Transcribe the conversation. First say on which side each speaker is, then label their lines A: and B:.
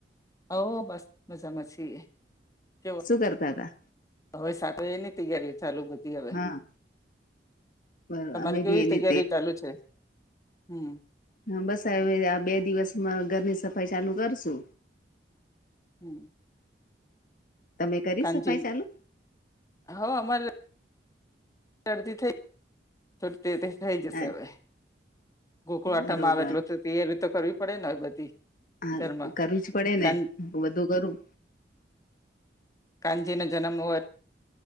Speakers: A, on the left; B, on the left.
A: ઓ બસ મજામાં છીએ કેવું
B: શું કરતા હતા
A: હવે સાત એની જ ત્યારી ચાલુ બધી હવે
B: હા બર
A: તમારી
B: અમે
A: કેવી
B: બી એની
A: તૈયારી ચાલુ છે હમ્મ
B: હમ્મ બસ હ આ બે દિવસમાં ઘરની સફાઈ ચાલુ કરશુ
A: હમ્મ
B: તમે કરી
A: <unintelligible>
B: સફાઈ ચાલુ
A: હ અમારે રશરદી થઈ થો તે રીતે થઈ જશે
B: હા
A: હવે ગોકળ આટામાં
B: બરોબર
A: આવે એટલે તો ત્યારી તો કરવી પડે ને હવે બધી
B: હા
A: ઘરમાં
B: કરવી જ પડે
A: કાન
B: ને બધું કરું
A: હનજી નો જનમ હોય